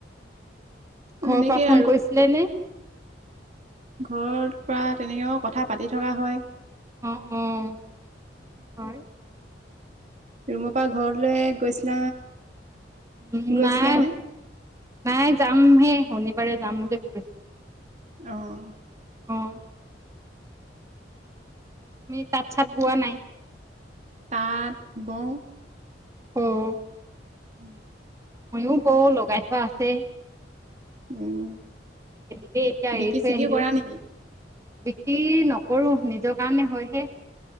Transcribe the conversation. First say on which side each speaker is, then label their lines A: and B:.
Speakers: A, on the right (about 40°); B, on the right (about 15°).
A: সেনেকেই
B: ঘৰৰ পৰা ফোন কৰিছিলে নে?
A: ঘৰত পৰা তেনেকেও, কথা পাতি থকা হয়।
B: অ', অ' হয়।
A: ৰুমৰ পৰা ঘৰলৈ গৈছিলা
B: উম
A: গৈছিলানে
B: নাই, নাই যামহে শনিবাৰে যাম বুলি ভাবিছিলোঁ
A: অ'।
B: অ'। তুমি তাঁত-চাত বোৱা নাই?
A: তাঁত বওঁ।
B: অ'।
A: উম।
B: ময়ো বওঁ, লগাই থোৱা আছে।
A: উম।
B: এনেকে এতিয়া,
A: বিকি
B: এৰি থৈ
A: চিকি
B: আহিলোঁ।
A: কৰা নেকি
B: বিক্ৰী নকৰোঁ, ‌নিজৰ কাৰণে হয়হে,